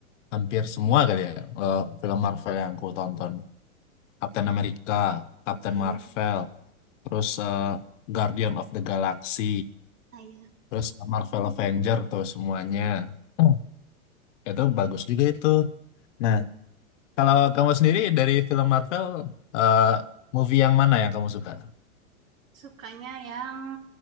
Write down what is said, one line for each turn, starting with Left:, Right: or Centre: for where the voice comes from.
Left: hampir semua kali ya eh, film Marvel yang aku tonton. Captain America, Captain
Right: Hmm,
Left: Marvel. terus eh, Guardian of the Galaxy,
Right: saya
Left: terus Marvel Avenger tuh semuanya. Hmm. Itu bagus juga itu. Nah, kalau kamu sendiri dari film Marvel, eh, movie yang mana yang kamu suka?
Right: sukanya yang